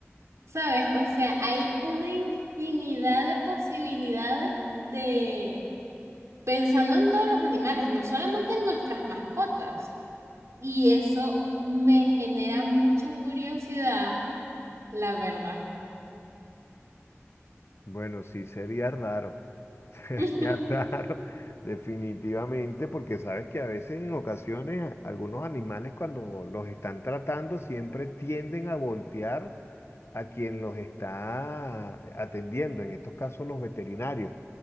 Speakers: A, on the right; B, on the left.
A: ¿Sabes? O sea, hay una infinidad de posibilidades de pensando en todos los animales, no solamente en nuestras mascotas. Y eso me genera mucha curiosidad, la verdad.
B: Bueno, sí, sería raro. <laughs> Sería
A: <laughs>
B: raro, definitivamente, porque sabes que a veces en ocasiones algunos animales cuando los están tratando siempre tienden a voltear a quien los está atendiendo, en estos casos los veterinarios.